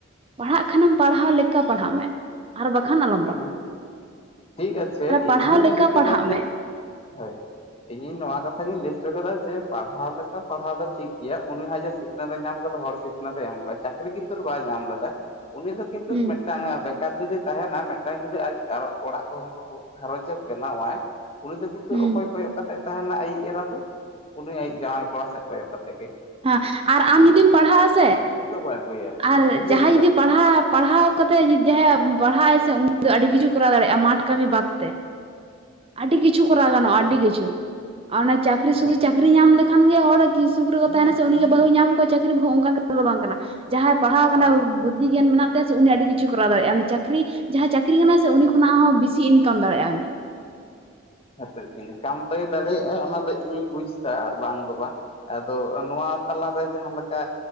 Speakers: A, on the right; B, on the left.
A: ᱯᱟᱲᱦᱟᱜ ᱠᱷᱟᱱᱮᱢ ᱯᱟᱲᱦᱟᱣ ᱞᱮᱠᱟ ᱯᱟᱲᱦᱟᱜ ᱢᱮ <inaudible> ᱟᱨ ᱵᱟᱠᱷᱟᱱ ᱟᱞᱚ
B: ᱦᱮᱸ <inaudible> ᱴᱷᱤᱠ ᱟᱪᱷᱮ ᱤᱧ
A: ᱯᱟᱲᱦᱟᱣ
B: ᱦᱚᱧ
A: ᱞᱮᱠᱟ
B: ᱞᱟᱹᱭ ᱠᱮᱫᱟ
A: ᱯᱟᱲᱦᱟᱜ
B: ᱡᱮ
A: ᱢᱮ
B: <inaudible> ᱦᱚᱭ ᱾ ᱤᱧ ᱱᱚᱣᱟ ᱠᱟᱛᱷᱟ ᱜᱤᱧ ᱞᱟᱹᱭ ᱚᱪᱚ ᱟᱠᱟᱫᱟ ᱡᱮ ᱯᱟᱲᱦᱟᱣ ᱞᱮᱠᱟ ᱯᱟᱲᱦᱟᱣ ᱫᱚ ᱴᱷᱤᱠ ᱜᱮᱭᱟ ᱩᱱᱤ ᱦᱚ ᱥᱤᱠᱷᱱᱟ. ᱛ ᱧᱟᱢ ᱠᱟᱫᱟ ᱦᱚᱲ ᱥᱤᱠᱷᱱᱟᱹᱛ ᱮᱢ ᱠᱚᱼᱟ ᱪᱟᱹᱠᱨᱤ ᱠᱤᱱᱛᱩ ᱵᱟᱭ ᱧᱟᱢ ᱞᱮᱫᱟ ᱩᱱᱤ ᱫᱚ ᱠᱤᱱᱛᱩ
A: ᱦᱩᱸ
B: ᱢᱤᱫᱴᱟᱝ ᱵᱮᱠᱟᱨ ᱡᱩᱫᱤ ᱛᱟᱦᱮᱱᱟ ᱢᱤᱫᱴᱟᱝ ᱡᱩᱫᱤ ᱟᱡ ᱚᱲᱟᱜ ᱠᱚᱦᱚᱸ ᱜᱷᱟᱨᱚᱸᱡᱽ ᱮ ᱵᱮᱱᱟᱣᱟᱭ <inaudible> ᱩᱱᱤ ᱫᱚ ᱠᱤᱱᱛᱩ
A: ᱦᱩᱸ
B: ᱚᱠᱚᱭ ᱠᱚᱭᱚᱜ ᱠᱟᱛᱮᱮᱫ ᱛᱟᱦᱮᱱᱟ ᱟᱭᱭᱩᱵ ᱮᱨᱟ ᱫᱚ <inaudible> ᱩᱱᱤ ᱟᱭᱮᱡ ᱡᱟᱶᱟᱭ ᱠᱚᱲᱟ ᱥᱮᱮᱫ ᱠᱚᱭᱚᱜ ᱠᱟᱛᱮᱮᱫ ᱜᱮ ᱾
A: ᱦᱮᱸ ᱟᱨ ᱟᱢ ᱡᱩᱫᱤᱢ ᱯᱟᱲᱦᱟᱜ ᱟᱥᱮ
B: ᱛᱮᱫᱚ ᱵᱟᱭ ᱟᱹᱜᱩᱭᱟ
A: ᱟᱨ
B: ᱵᱩᱡᱷᱟᱹᱣ
A: ᱡᱟᱦᱟᱸᱭ
B: ᱠᱮᱫᱟᱢ
A: ᱡᱩᱫᱤ ᱯᱟᱲᱦᱟᱜ ᱯᱟᱲᱦᱟᱣ ᱠᱟᱛᱮᱮᱫ ᱡ ᱡᱟᱦᱟᱸᱭᱭᱟᱜ ᱯᱟᱲᱦᱟᱜᱟᱭ ᱥᱮ ᱩᱱᱤ ᱫᱚ ᱟᱹᱰᱤ ᱠᱤᱪᱷᱩ ᱠᱚᱨᱟᱣ ᱫᱟᱲᱮᱭᱟᱜᱼᱟ ᱢᱟᱴᱷ ᱠᱟᱹᱢᱤ ᱵᱟᱫ ᱛᱮ ᱟᱹᱰᱤ ᱠᱤᱪᱷᱩ ᱠᱚᱨᱟᱣ ᱜᱟᱱᱚᱜᱼᱟ ᱟᱹᱰᱤ ᱠᱤᱪᱷᱩ ᱚᱱᱟ ᱪᱠᱨᱤ
B: ᱦᱳᱭ
A: ᱪᱟᱹᱠᱨᱤ ᱧᱟᱢ ᱞᱮᱠᱷᱟᱱ ᱜᱮ ᱦᱚᱲ ᱥᱩᱠ ᱨᱮᱠᱚ ᱛᱟᱦᱮᱱᱟ ᱥᱮ ᱩᱱᱤᱜᱮ ᱵᱟᱹᱦᱩᱭ ᱧᱟᱢ ᱠᱚᱣᱟ ᱪᱟᱹᱠᱨᱤ ᱵ ᱚᱱᱠᱟ ᱫᱚ ᱵᱟᱝ ᱠᱟᱱᱟ ᱡᱟᱦᱟᱸᱭ ᱯᱟᱲᱦᱟᱣ ᱠᱟᱱᱟ
B: ᱦᱳᱭ
A: ᱵᱩᱫᱽᱫᱷᱤ ᱜᱮᱭᱟᱱ ᱢᱮᱱᱟᱜ ᱛᱟᱭ ᱩᱱᱤ ᱟᱹᱰᱤ ᱠᱤᱪᱷᱩ ᱠᱚᱨᱟᱣ ᱫᱟᱲᱮᱼᱟ ᱩᱱᱤ ᱪᱟᱹᱠᱨᱤ ᱡᱟᱦᱟᱸᱭ ᱪᱟᱹᱠᱨᱤ ᱠᱟᱱᱟᱭ ᱥᱮ ᱩᱱᱤ ᱠᱷᱚᱱᱟᱜ ᱦᱚᱸ ᱵᱤᱥᱤ ᱤᱱᱠᱟᱢ ᱫᱟᱲᱮᱭᱟᱜᱼᱟ
B: ᱛᱤᱨ ᱤᱠᱟᱢᱛᱚᱭ ᱫᱟᱲᱮᱭᱟᱜ ᱟᱭ ᱚᱱᱟ ᱫᱚ ᱤᱧᱤᱧ ᱵᱩᱡᱽᱫᱟ ᱵᱟᱝ ᱫᱚ ᱵᱟᱝ ᱟᱫᱚ ᱱᱚᱣᱟ ᱛᱟᱞᱟᱨᱮ ᱡᱟᱦᱟᱸ ᱞᱮᱠᱟ